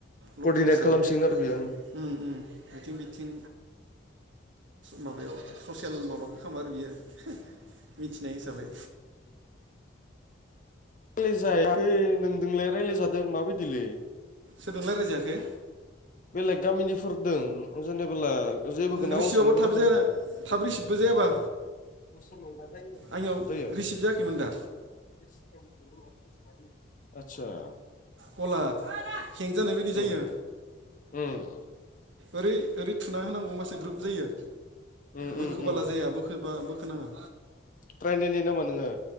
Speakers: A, on the right; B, on the left.
A: लकेल
B: कर्डिनेट
A: हिसाबै
B: खालामसिगोन आरो बेयो
A: उम उम बिथिं बिथिं माबायाव ससियेल माबाखौ खालामो आरो बियो मिथिनाय हिसाबै
B: ख्लै जायाखै नोंदोंलाय रायज्लायजादों माबायदिलै
A: सोरजों रायज्लाय जायाखै
B: बेलेग गामिनिफोरदों जेनेबोला जेबोखौनो
A: रिसिभाबो
B: आवाज खौनो
A: थाब
B: खोनाफैयाखै
A: जाया थाब रिसिबबो जायाबा
B: जायो
A: आंनियाव रिसिभ जायाखैमोन दा
B: आदसा
A: कला हें जानाय बायदि जायो
B: उम उम
A: ओरै ओरै थुना होनांगौ होमब्लासो ग्रोब जायो
B: उम
A: बोखोबाला
B: उम उम
A: जाया बोखोबा बोखोनाङा
B: ट्राय नायनाय नामा नोङो